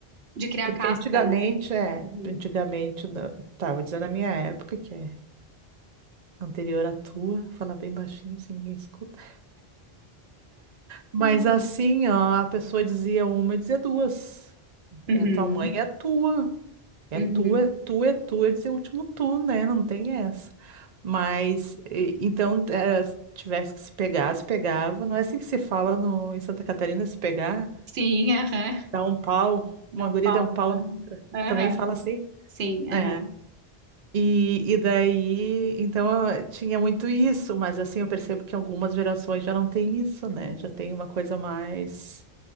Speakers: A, on the right; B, on the right.
A: De criar
B: Porque
A: casca,
B: antigamente,
A: né?
B: é,
A: Uhum.
B: antigamente, na- tá, vou dizer na minha época, que é anterior à tua, falar bem baixinho, assim ninguém escuta. Mas
A: É.
B: assim, ó, a pessoa dizia uma, eu dizia duas. É,
A: Uhum.
B: tua mãe é tua. É
A: Uhum.
B: tua, é tua, é tua. Eu dizia o último tu, né? Não tem essa. Mas, e- então, é, se tivesse que se pegar, se pegava. Não é assim que se fala no, em Santa Catarina, se pegar,
A: Sim, aham.
B: dá um pau.
A: Dá
B: Uma guria
A: um pau.
B: deu um pau na outra.
A: Aham.
B: Também fala assim.
A: Sim, aham.
B: É. E, e daí, então, eu tinha muito isso, mas assim, eu percebo que algumas gerações já não tem isso, né? Já tem uma coisa mais.